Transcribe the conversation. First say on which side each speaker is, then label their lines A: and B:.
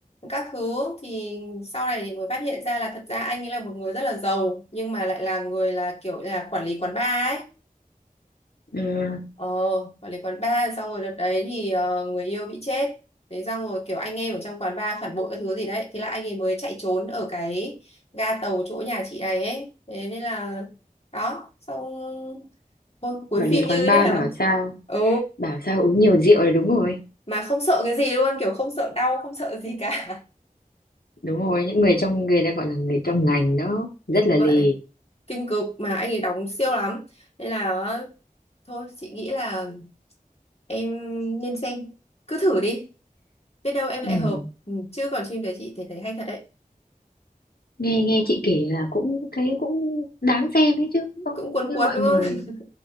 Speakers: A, on the left; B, on the left.
A: các thứ thì sau này thì mới phát hiện ra là thật ra anh ấy là một người rất là giàu nhưng mà lại là người là kiểu là quản lý quán bar ấy
B: ừ,
A: Ờ, quản lý quán bar xong rồi đợt đấy thì ờ, người yêu bị chết. Đấy xong rồi kiểu anh em ở trong quán bar phản bội cái thứ gì đấy. Thế là anh ấy mới chạy trốn ở cái ga tàu chỗ nhà chị này ấy. Thế nên là đó, xong Ôi, cuối
B: Quản
A: phim
B: lý quán
A: như thế
B: bar
A: nào.
B: bảo sao
A: Ừ,
B: bảo sao uống nhiều rượu là đúng rồi
A: mà không sợ cái gì luôn, kiểu không sợ đau, không sợ gì cả. <laughs>
B: đúng rồi những người trong người ta gọi là người trong ngành đó rất
A: Đúng
B: là
A: vậy,
B: lì
A: kinh cực mà anh ấy đóng siêu lắm. Nên là thôi chị nghĩ là em nên xem. Cứ thử đi, biết đâu em
B: ừ.
A: lại hợp. Ừ, chứ còn phim đấy chị thấy thấy hay thật đấy.
B: nghe nghe chị kể là cũng thấy cũng đáng xem ấy chứ không
A: cũng cuốn
B: như
A: cuốn
B: mọi
A: đúng
B: người
A: không <laughs>